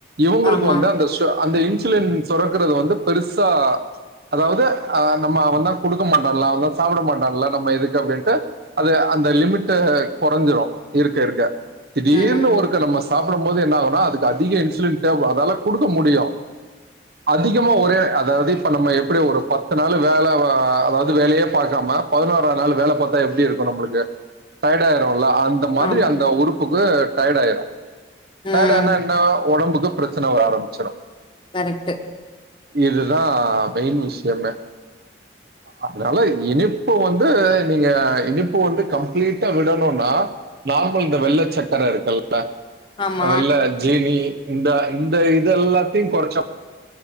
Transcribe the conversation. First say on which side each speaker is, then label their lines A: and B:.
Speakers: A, on the right (about 55°); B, on the left (about 25°).
A: இவங்களுக்கு
B: ஆமா
A: வந்து அந்த சு அந்த இன்சுலின் சொரக்கிறது வந்து பெருசா அதாவது ஆ நம்ம அவன் தா குடுக்க மாட்டான்லா அவன் தா சாப்ட மாட்டான்ல நம்ம எதுக்கு அப்டின்ட்டு அது அந்த லிமிட்டு கொறஞ்சிடு இருக்க இருக்க திடீர்னு
B: ம்
A: ஒருக்க நம்மஸ் சாப்பிடும்போது என்ன ஆகுனா அதுக்கு அதிக இன்சுலின் தேவ அதால குடுக்க முடியு அதிகமா ஒரே அதாவது இப்ப நம்ம எப்படி ஒரு பத்து நாள் வேல அதாவது வேலையே பாக்காம பதினோரா நாள் வேல பாத்தா எப்டி இருக்கு நம்மளுக்கு டயட் ஆயிரும்ல அந் அந்த மாதிரி
B: ஆமா
A: அந்த உறுப்புக்கு டயட் ஆயிரு
B: ம்
A: டயட் ஆனா என்ன ஒடம்புக்கு பிரச்சன வர ஆரம்பிச்சிரு
B: கரெக்ட்
A: இதுதா மெயின் விஷயமே அதனால இனிப்பு வந்து நீங்க இனிப்பு வந்து கம்ப்ளீட்டா விடணுனா நார்மல் இந்த வெள்ள சக்கர இருக்குல்ல
B: ஆமா
A: வெள்ள ஜீனி இந்த இந்த இத எல்லாத்தையு கொறச்சா